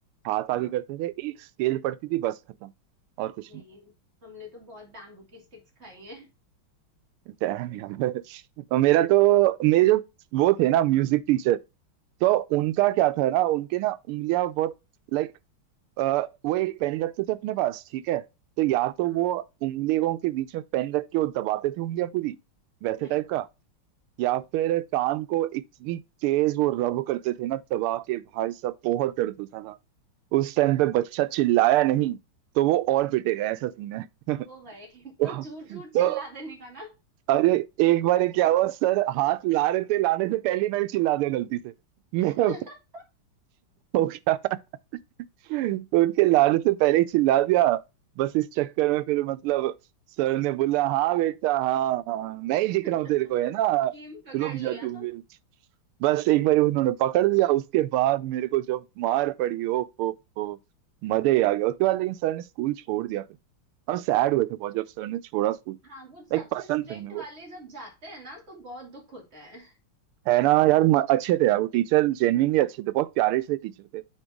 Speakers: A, on the right; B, on the right.
A: हाथ आगे
B: हाँ
A: करते थे एक स्केल पड़ती थी बस खत्म और कुछ
B: नहीं
A: नहीं
B: हमने तो बहुत बैम्बू की स्टिक्स खाई हैं
A: Damn यार और मेरा तो मेरे जो वो थे ना म्यूजिक टीचर तो उनका क्या था ना उनके ना उंगलियां बहुत लाइक अ, वो एक पेन रखते थे अपने पास ठीक है तो या तो
B: हाँ
A: वो उंगलियों के बीच में पेन रख के वो दबाते थे उंगलियां पूरी वैसे
B: Oh my
A: टाइप
B: god
A: का या फिर कान को इतनी तेज वो रब करते थे ना दबा के भाई साहब बहुत दर्द होता था उस टाइम पे बच्चा चिल्लाया नहीं तो वो और पिटेगा ऐसा सीन है <laughs>
B: ओ भाई <laughs> तो
A: तो,
B: झूठ झूठ
A: तो
B: चिल्ला देने का ना
A: अरे एक बार ये क्या हुआ सर हाथ ला रहे थे लाने से पहले ही मैंने चिल्ला दिया गलती से <laughs>
B: <laughs>
A: मेरा हो गया तो उनके लाने से पहले ही चिल्ला दिया बस इस चक्कर में फिर मतलब सर ने बोला हाँ बेटा हाँ हाँ मैं ही
B: स्कीम
A: दिख रहा हूँ तेरे को है ना
B: पकड़
A: रुक जा
B: लिया
A: तू भी बस एक बार उन्होंने पकड़ लिया उसके बाद मेरे को जब मार पड़ी ओ हो हो मजे ही आ गया उसके बाद लेकिन सर ने स्कूल छोड़ दिया फिर हम सैड हुए थे बहुत जब सर ने छोड़ा स्कूल
B: हाँ वो सबसे
A: लाइक पसंद
B: स्ट्रिक्ट
A: थे हमें वो
B: वाले जब जाते हैं ना तो बहुत दुख होता है
A: है ना यार म- अच्छे थे यार वो टीचर जेन्युइनली अच्छे थे बहुत प्यारे से टीचर थे